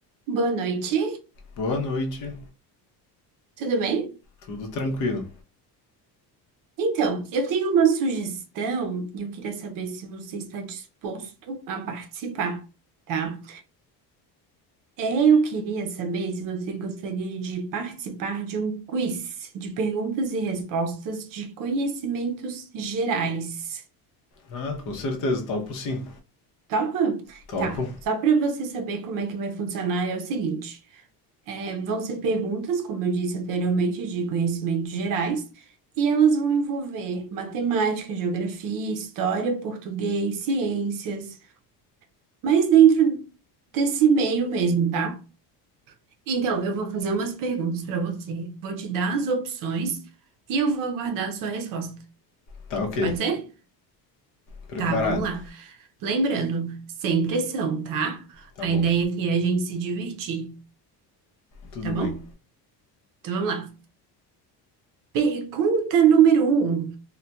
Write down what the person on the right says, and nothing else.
Boa noite,
tudo bem?
Então, eu tenho uma sugestão e eu queria saber se você está disposto a participar, tá? É, Eu queria saber se você gostaria de participar de um quiz de perguntas e respostas de conhecimentos gerais.
Topa?
Tá, só para você saber como é que vai funcionar é o seguinte. É, vão ser perguntas, como eu disse anteriormente, de conhecimentos gerais, e elas vão envolver matemática, geografia, história, português, ciências, mas dentro desse meio mesmo, tá? Então, eu vou fazer umas perguntas para você, vou te dar as opções e eu vou aguardar a sua resposta.
Pode ser?
Tá, vamos lá. Lembrando, sem pressão, tá?
A
ideia aqui é a gente se divertir,
tá
bom? Então vamos lá. Pergunta número um.